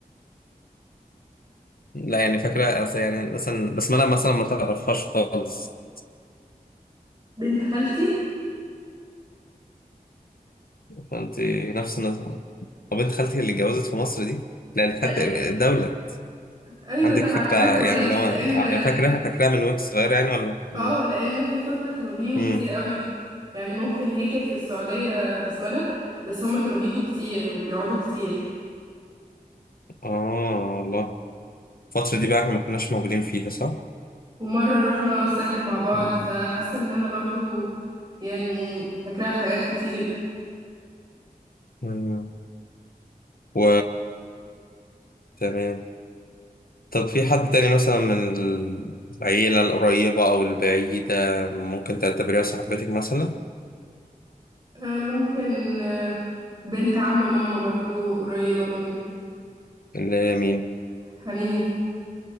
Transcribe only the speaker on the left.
لا يعني فاكرة أصل يعني مثلا بس أنا مثلا ما تعرفهاش خالص
فأنت نفس النظام طب بنت خالتك اللي اتجوزت في مصر دي لا اللي
خدت الدولة
عندك
فكرة
يعني اللي هو
يعني فاكراها فاكراها من وأنت صغير يعني ولا؟ مم.
مم.
آه والله الفترة دي بقى إحنا ما كناش موجودين فيها صح؟
مم.
مم. و تمام طب في حد تاني مثلا من العيلة القريبة أو البعيدة ممكن تعتبريها صاحبتك مثلا
اللي هي مين؟